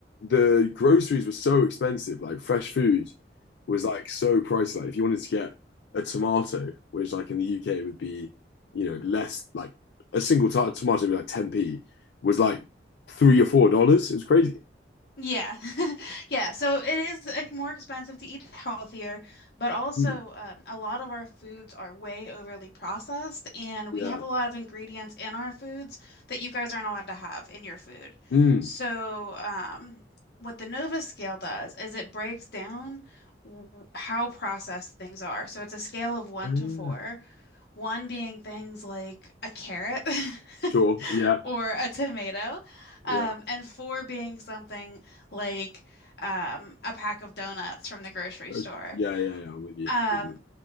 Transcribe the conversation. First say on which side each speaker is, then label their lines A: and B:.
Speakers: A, on the left (about 75°); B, on the left (about 65°).
A: the groceries were so expensive. Like fresh food was like so pricey. Like if you wanted to get a tomato, which like in the UK would be you know less like a single t tomato would be like 10p, was like three or four dollars. It was crazy.
B: Yeah. <laughs> Yeah. So it is uh, more expensive to eat healthier, but also
A: Mm.
B: um, a lot of our foods are way overly processed, and
A: Yeah.
B: we have a lot of ingredients in our foods that you guys aren't allowed to have in your food.
A: Mm.
B: So um, what the Nova scale does is it breaks down w- how processed things are. So it's a scale of one
A: Oh,
B: to
A: yeah.
B: four, one being things like a carrot.
A: Sure.
B: <laughs>
A: Yeah.
B: or a tomato,
A: Yeah.
B: um, and four being something like um, a pack of donuts from the grocery
A: Okay.
B: store.
A: Yeah. Yeah. Yeah. I'm with you.
B: Um,
A: With you.